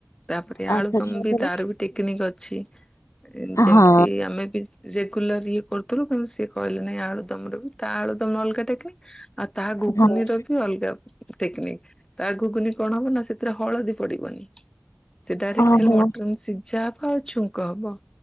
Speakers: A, on the left; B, on the left.
A: ତାପରେ
B: ଆଚ୍ଛା
A: ଆଳୁଦମ୍
B: ତାପରେ
A: ବି ତାର ବି ଟେକ୍ନିକି ଅଛି, ଯେମ୍ତି
B: ହଁ
A: ଆମେ ବି ରେଗୁଲାର୍ ଇଏ କରୁଥିଲୁ କିନ୍ତୁ ସିଏ କହିଲେ ନାଇଁଳୁଦମ୍ ର ବି ତା ଆଳୁଦମ୍ ଅଲ୍ଗା ଟେକ୍ନିକ୍। ଆଉ ତା ଘୁଗୁନି
B: ହଁ।
A: ର ବି ଅଲଗା ଟେକ୍ନିକ ତା ଘୁଗୁନି କଣ ହବ ନା ସେ ତିରେ ହଳଦୀ ପଡିବନି, ସେ ଡାଇରେକ୍ଟ
B: ଓହୋ
A: ଖାଲି ମଟନ୍ ସିଝା ହବ ଆଉ ଛୁଙ୍କ ହବ।